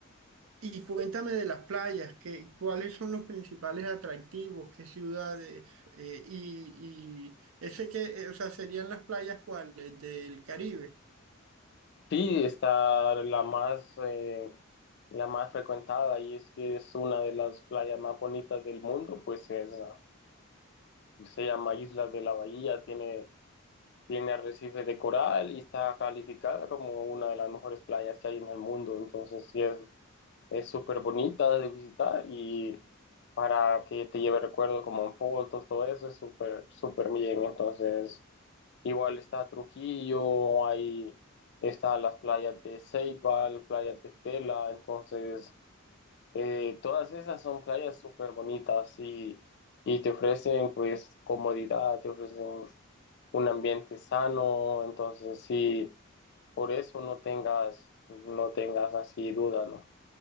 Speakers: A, on the right; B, on the left.
A: Y cuéntame de las playas, que, ¿cuáles son los principales atractivos? ¿Qué ciudades? Eh, y, y ese que, eh, o sea, serían las playas cuáles del Caribe.
B: Sí, está la más, eh, la más frecuentada y es que es una de las playas más bonitas del mundo, pues es, ah, se llama Isla de la Bahía, tiene tiene arrecife de coral y está calificada como una de las mejores playas que hay en el mundo. Entonces, sí, es, es súper bonita de visitar y para que te lleve recuerdos como en fotos, todo eso es súper, súper bien. Entonces, igual está Trujillo, hay, está las playas de Ceibal, playas de Tela. Entonces, eh, todas esas son playas súper bonitas y, y te ofrecen pues comodidad, te ofrecen un ambiente sano, entonces sí, por eso no tengas, no tengas así duda, ¿no?